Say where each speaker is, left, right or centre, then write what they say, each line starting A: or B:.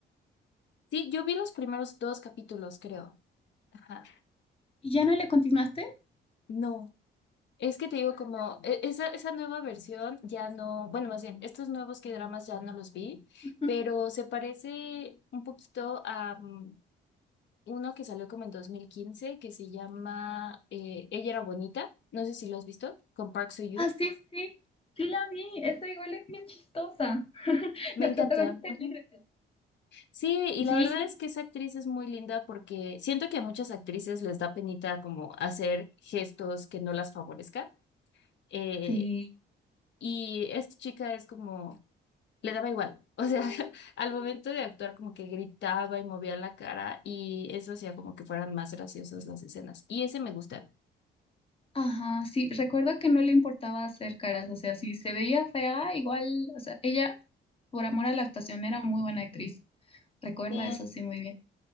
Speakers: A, on the left; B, on the left.
A: Sí, yo vi los primeros dos capítulos, creo. Ajá.
B: ¿Ya no le continuaste?
A: No. Es que te digo, como e- esa, esa nueva versión ya no, bueno, más bien, estos nuevos K-dramas ya no los vi,
B: Ujú.
A: pero se parece un poquito a mm, uno que salió como en 2015 que se llama eh, Ella era bonita. No sé si lo has visto, con Park Soo-yoon.
B: Ah, sí, sí, sí la vi, esa igual es bien chistosa. <laughs>
A: Me
B: La
A: encanta.
B: protagonista
A: ujú.
B: es bien graciosa.
A: Sí, y
B: Sí,
A: la verdad es que esa actriz es muy linda porque siento que a muchas actrices les da penita como hacer gestos que no las favorezcan eh,
B: sí.
A: Y esta chica es como, le daba igual. O sea, <laughs> al momento de actuar como que gritaba y movía la cara y eso hacía como que fueran más graciosas las escenas. Y ese me gusta.
B: Ajá, sí, recuerdo que no le importaba hacer caras, o sea, si se veía fea, igual, o sea, ella, por amor a la actuación, era muy buena actriz, recuerda
A: Sí,
B: eso sí muy bien.